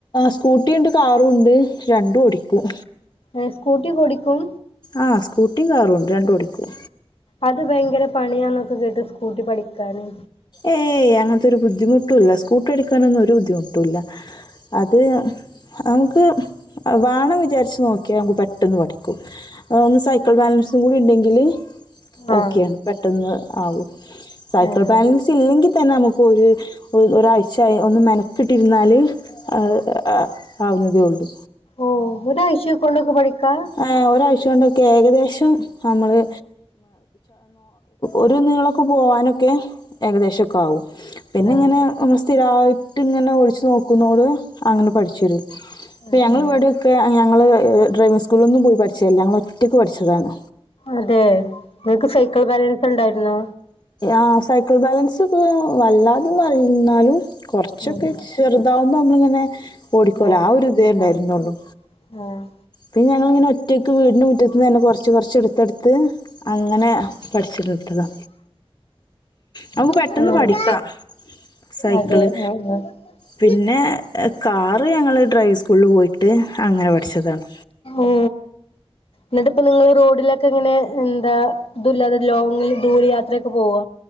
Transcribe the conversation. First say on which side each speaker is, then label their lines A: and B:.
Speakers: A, on the left; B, on the left.
A: സ്കൂട്ടിയുണ്ട് കാറുംണ്ട് രണ്ടും ഓടിക്കും
B: ഏ സ്കൂട്ടിയൊക്കെ ഓടിക്കും
A: ആ സ്കൂട്ടിം കാറുംണ്ട് രണ്ടും ഓടിക്കും
B: അത് ഭയങ്കര പണിയാന്നൊക്കെ കേട്ട് സ്കൂട്ടി പഠിക്കാന്
A: ഏയ് അങ്ങൻത്തൊരു ബുദ്ധിമുട്ടുല്ല സ്കൂട്ടി പഠിക്കാനൊന്നും ഒരു ബുദ്ധിമുട്ടുല്ല അത് നമക്ക് വണം വിചാരിച്ച് നോക്കിയാ നമുക്ക് പെട്ടെന്ന് പഠിക്കും ഒന്ന് സൈക്കിൾ ബാലൻസും കൂടിണ്ടെങ്കില്
B: ആഹ്
A: ഓക്കെയാണ് പെട്ടെന്ന് ആകും സൈക്കിൾ
B: ഏഹ്
A: ബാലൻ സില്ലെങ്കിൽ തന്നെ നമുക്ക് ഒരു ഒരാഴ്ച ഒന്ന് മെനക്കിട്ടിരുന്നാൽ അ ആവുന്നതേ ഉള്ളൂ
B: ഓ ഒരാഴ്ചകൊണ്ടൊക്കെ പഠിക്കാ
A: ഏ ഒരാഴ്ചക്കൊണ്ടൊക്കെ ഏകദേശം നമ്മള് ഒരു നീളൊക്കെ പോവാനൊക്കെ ഏകദേശൊക്കെ ആവും പിന്നെങ്ങനെ
B: ആഹ്
A: നമ്മൾ സ്ഥിരായിട്ട്ങ്ങനെ ഓടിച്ച് നോക്കുന്നോണ്ട് അങ്ങനെ പഠിച്ചുവരും
B: ഏഹ്
A: പ്പോ
B: ആഹ്
A: ഞങ്ങൾ
B: ആഹ്
A: വിടെയൊക്കെ ഞങ്ങള് ഡ്രൈവിംഗ് സ് കൂളൊന്നും പോയി പഠിച്ചതല്ല ഞങ്ങൾ ഒറ്റക്ക് പഠിച്ചതാണ്
B: അതെ നിങ്ങക്ക് സൈക്കിൾ ബാലൻസ് ഉണ്ടായിരുന്നോ
A: ആ സൈക്കിൾ ബാലൻസ് വല്ലാതന്ന് ന്നാലും കുറച്ചൊക്കെ
B: ഉം
A: ചെറുതാവുമ്പോ നമ്മളിങ്ങനെ ഓടിക്കൂലെ
B: ആഹ്
A: ആ ഒരു ഇതേണ്ടായിരുന്നുള്ളു
B: ആഹ് ആഹ്
A: പിന്നെ ഞങ്ങളിങ്ങനെ ഒറ്റയ്ക്ക് വീടിന്റെ മുറ്റത്ത്ന്നന്നെ കുറച്ച് കുറച്ച് എടുത്തെടുത്ത് അങ്ങനെ പഠിച്ചെടുത്തതാ നമ്മക്
B: ആഹ്
A: പെട്ടെന്ന്
B: ആഹ്
A: പഠിക്കാ സൈക്കള്
B: അതെ ആഹ് ആഹ്
A: പിന്നെ കാറ് ഞങ്ങൾ ഡ്രൈവിംഗ് സ്കൂളിൽ പോയിട്ട് അങ്ങനെ പഠിച്ചതാണ്
B: ഓ ന്നിട്ടപ്പ നിങ്ങൾ റോഡിലൊക്കെ ങ്ങനെ എന്താ ത് ല്ലാതെ ലോങ്ങിൽ ദൂര യാത്രയൊക്കെ പോവോ